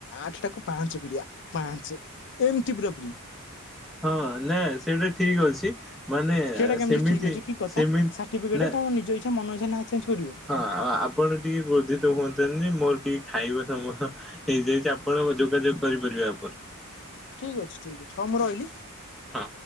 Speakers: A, on the left (about 55°); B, in the centre.
A: ଆଠଟାକୁ ପାଞ୍ଚେ କରିବା ପାଞ୍ଚେ ଏମ୍ତି ପୂରାପୂରି
B: ହଁ ନାଇଁ ସେଇଟା ଠିକ୍ ଅଛି ମାନେ
A: ସେଟା କେମିତି
B: ସେମିତି
A: ଠିକ ଅଛି କି କଥା
B: ସେମିତି
A: ସାର୍ଟିଫିକେଟ
B: ନା
A: ତମ ନିଜ ଇଚ୍ଛା ମନ ଇଚ୍ଛା ନା ଚେଞ୍ଜ କରିବ
B: ହଁ ଆଉ ଆପଣ ଟିକେ କ୍ରୋଧିତ ହୁଅନ୍ତୁନି ମୋର ଟିକେ ଖାଇବା ସମୟ ହେଇଯାଇଛି ଆପଣ ଯୋଗାଯୋଗ କରିପାରିବେ ଆପରେ,
A: ଠିକ୍ ଅଛି, ଠିକ୍ ଅଛି, ହଁ ମୁଁ ରହିଲି।
B: ହଁ